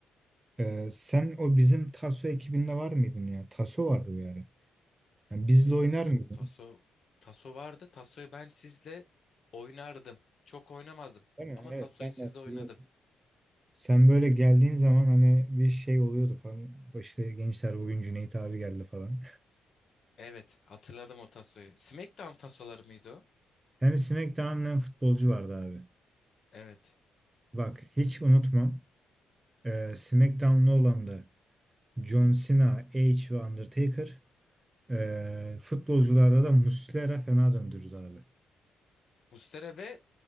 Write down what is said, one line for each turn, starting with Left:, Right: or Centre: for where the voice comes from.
Right: Ee, sen o bizim Taso ekibinde var mıydın ya? Taso vardı bir ara. Yani bizle oynar
Left: Taso,
Right: mıydın?
Left: taso, taso vardı. Tasoyu ben sizle oynardım. Çok oynamadım.
Right: Değil mi?
Left: Ama
Right: Evet
Left: tasoyu
Right: ben
Left: sizle
Right: de hatırlıyorum.
Left: oynadım.
Right: Sen böyle geldiğin zaman hani bir şey oluyordu falan. İşte gençler bugün Cüneyt abi geldi falan.
Left: Evet, hatırladım o tasoyu. SmackDown tasoları mıydı o?
Right: <laughs> Hem SmackDown'dan futbolcu vardı abi.
Left: Evet.
Right: Bak hiç unutmam. Ee, SmackDown'lu olan da John Cena, Edge ve Undertaker. Ee, futbolcularda da Muslera fena döndürdü abi.
Left: Mustera ve